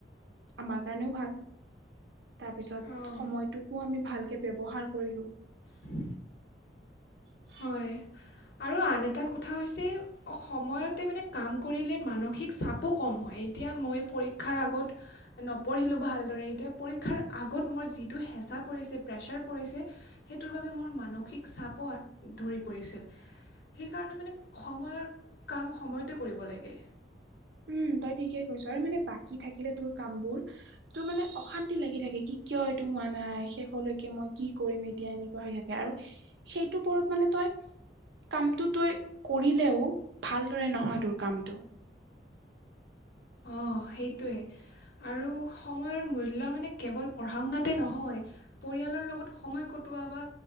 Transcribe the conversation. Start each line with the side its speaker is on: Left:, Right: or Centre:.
Right: আমাৰ কাৰণেও ভাল, তাৰপিছত
Left: অঁ
Right: সময়টোকো আমি ভালকে ব্যৱহাৰ কৰিলোঁ।
Left: উ <unintelligible>
Right: <inaudible>
Left: হয় আৰু আন এটা কথা হৈছে সময়তে মানে কাম কৰিলে মানসিক চাপো কম হয়, এতিয়া মই পৰীক্ষাৰ আগত নপঢ়িলোঁ ভালদৰে এতিয়া পৰীক্ষাৰ আগত মোৰ যিটো হেঁচা পৰিছে প্ৰেছাৰ পৰিছে সেইটোৰ বাবে মোৰ মানসিক চাপৰ ধৰি পৰিছিল, সেইকাৰণে মানে সময়ৰ কাম সময়তে কৰিব লাগে।
Right: উম, তই ঠিকে কৈছ আৰু মানে বাকী থাকিলে তোৰ কাম বোৰ টো মানে অশান্তি লাগি থাকে কি কিয় এইটো হোৱা নাই শেষলৈকে মই কি কৰিম এতিয়া এনে হৈ থাকে আৰু সেইটো পৰত মানে তই কামটো তই কৰিলেও ভালদৰে নহয় তোৰ কামটো।
Left: অ, সেইটোৱে আৰু সময়ৰ মূল্য মানে কেৱল পঢ়া শুনাতে নহয়। পৰিয়ালৰ লগত সময় কটোৱা বা